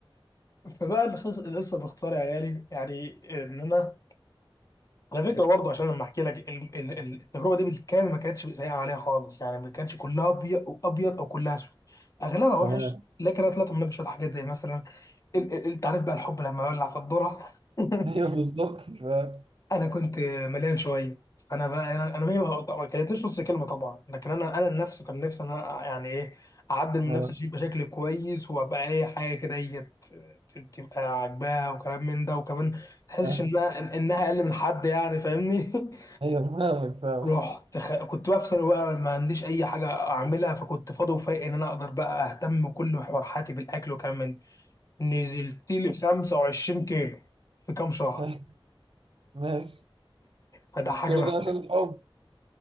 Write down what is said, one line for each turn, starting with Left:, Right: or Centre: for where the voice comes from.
Left: <laughs> فبقى الخص- القصه باختصار يا غالي يعني ان انا على فكره برضه عشان لما احكي لك ال- ال- ال- التجربه دي بالكامل ما كانتش سيئه عليها خالص يعني ما كانش كلها ابيض او ابيض او كلها اسود اغلبها وحش
Right: تمام
Left: لكن انا طلعت منها بشويه حاجات زي مثلا ال- ال- انت عارف بقى الحب لما يولع في الذره <laughs>
Right: هي بالظبط فاهم
Left: انا كنت مليان شويه فانا بقى انا انا ما طبعاً ما كلتنيش نص كلمه طبعا لكن انا انا نفسي كان نفسي انا يعني ايه اعدل من
Right: آه،
Left: نفسي شيء بشكل كويس وابقى اي حاجه كده هي ت- ت- تبقى عاجباها وكلام من ده وكمان ما تحسش
Right: آه،
Left: انها إن- انها اقل من حد يعني فاهمني <laughs>
Right: هي فاهمك فاهم
Left: رحت خ... كنت بقى في ثانوي بقى ما عنديش اي حاجه اعملها فكنت فاضي وفايق ان انا اقدر بقى اهتم بكل محور حياتي بالاكل وكلام من ده. نزلت لي 25 كيلو في كام شهر
Right: <laughs> ماشي
Left: فده حاجه
Right: كل
Left: من
Right: ده
Left: <laughs>
Right: عشان الحب